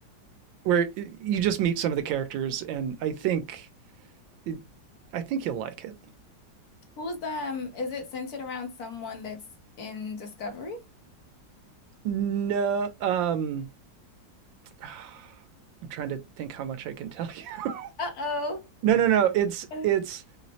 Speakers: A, on the right; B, on the left.
A: where you just meet some of the characters, and I think it, I think you'll like it.
B: Who's um is it centered around someone that's in Discovery?
A: No, um, <sighs> I'm trying to think how much I can tell you. <laughs>
B: Uh-oh.
A: No, no, no. It's
B: <sighs>
A: it's
B: <laughs>